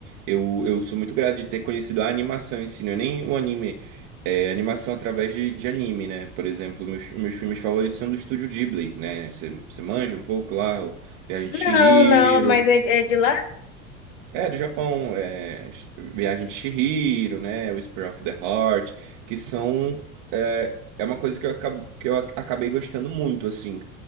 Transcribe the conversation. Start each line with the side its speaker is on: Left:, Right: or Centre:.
Right: Eu, eu sou muito grato de ter conhecido a animação em si, não é nem o anime, é animação através de, de anime, né? Por exemplo, meus, meus filmes favoritos são do estúdio Ghibli, né? Você você manja um pouco lá, o Viagem de
Left: Não,
Right: Chihiro.
Left: não, mas é, é de lá?
Right: É, do Japão, é, Sh- Viagem de Chihiro, né, o Whisper of the Heart, que são, é, é uma coisa que eu, acab- que eu ac- acabei gostando muito, assim,